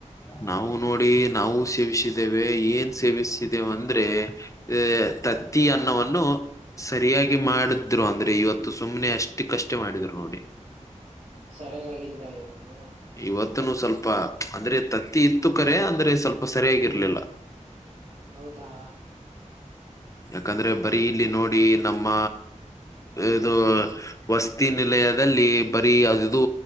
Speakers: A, on the left; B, on the right.
A: ನಾವು ನೋಡಿ ನಾವು ಸೇವಿಸಿದ್ದೇವೆ ಏನ್ ಸೇವಿಸಿದ್ದೇವ ಅಂದ್ರೆ ಏ ತತ್ತಿ ಅನ್ನವನ್ನು ಸರಿಯಾಗಿ ಮಾಡಿದ್ರು ಅಂದ್ರೆ ಇವತ್ತು ಸುಮ್ನೆ ಅಷ್ಟ ಕಷ್ಟ ಮಾಡಿದ್ರ ನೋಡಿ.
B: ಸರಿಯಾಗಿ ಆಗಿಲ್ದ ಇವತ್ತು
A: ಇವತ್ತನೂ ಸ್ವಲ್ಪ ಅಂದ್ರೆ ತತ್ತಿ ಇತ್ತು ಕರೆ ಅಂದ್ರೆ ಸ್ವ ಸರಿಯಾಗಿರ್ಲಿಲ್ಲ
B: ಹ್ಮ್ ಹೌದಾ
A: ಯಾಕಂದ್ರೆ ಬರಿ ಇಲ್ಲಿ ದಿ ನಮ್ಮ ಇದು ವಸ್ತಿ ನಿಲಯದಲ್ಲಿ ಬರೀ ಅದ ಇದು